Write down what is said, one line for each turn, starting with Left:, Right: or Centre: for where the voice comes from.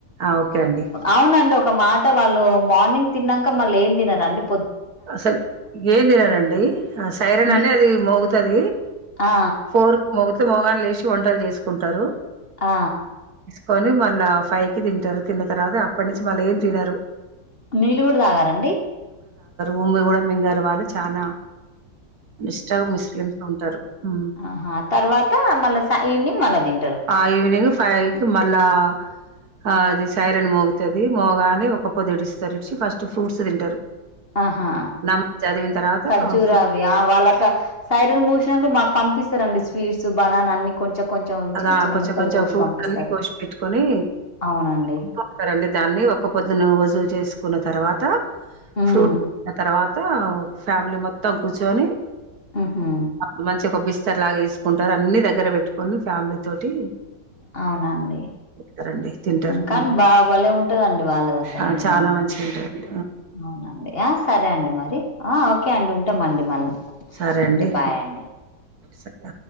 Right: ఆ ఓకే అండి
Left: అవునండి ఒక ఒక మాట వాళ్ళు మార్నింగ్ తిన్నాంక మళ్ళీ ఏం తినారండి
Right: అసలు ఏ తినారండి అస సైరన్
Left: ని
Right: అని అది మోగుతుంది
Left: ఆ
Right: ఫోర్ మొగుతే మోగాలు లేచి వంటలు చేసుకుంటారు
Left: ఆ
Right: కొని మళ్ళా ఫైవ్ కి తింటారు తిన్న తర్వాత అప్పటి నుంచి వళ్లే ఏం తినరు
Left: నీళ్లు కూడా తాగారండి
Right: ఊమ్మి కూడా మింగారు వాళ్ళు చనా నిష్ట ముస్లిమ్స్ ఉంటారు ఉ
Left: ఆహా తర్వాత మళ్ళా ఈవినింగ్ మళ్ళా తింటారు
Right: ఆ ఈవినింగ్ ఫైవ్కి మళ్ళా ఆ అది సైరన్ మోగుతుది మోగానే ఒక పొది ఎడిస్తారుఇడిచి ఫస్ట్ ఫ్రూట్స్ తింటారు
Left: ఆహా
Right: నమాజ్ చదివిన తర్వాత
Left: ఖర్జు
Right: ఫ్రూట్స్
Left: రావి వాళ్ళ సైరన్ మూ మాకు పంపిస్తారండి స్వీట్స్ బనానా అన్ని కొంచెం కొంచెం
Right: అదా
Left: చిన్న చిన్న
Right: కొంచెం
Left: ముక్కలు
Right: కొంచెం
Left: కోసి
Right: ఫ్రూట్స్
Left: పంపిస్తారు
Right: అన్ని కోచపెట్టుకొని
Left: అవునండి
Right: కుంటారండి దాన్ని ఒక్క పొద్దున్న వజువు చేసుకు కున్న తర్వాత
Left: ఉమ్
Right: ఫ్రూట్ తర్వాత ఫ్యామిలీ మొత్తం కూర్చోని
Left: ఉహు
Right: అ మంచిగా కొబ్బిస్త సార్లాగేసుకుంటారు అన్ని దగ్గర పెట్టుకొని ఫ్యామిలీ తోటి
Left: అవునండి
Right: తారండి తింటారు
Left: కానీ
Right: హ్మ్.
Left: బాబలే ఉంటదండి వాళ్ళది అసలు
Right: ఆ
Left: నిజా
Right: చాలా మంచిగా ఉంటాయండి
Left: అవునండి ఆ సరే అండి మరి ఆ ఓకే అండి ఉంటామ అండి మళ్ళా
Right: సరే అండి
Left: ఓకే బాయ్ అండి
Right: సరే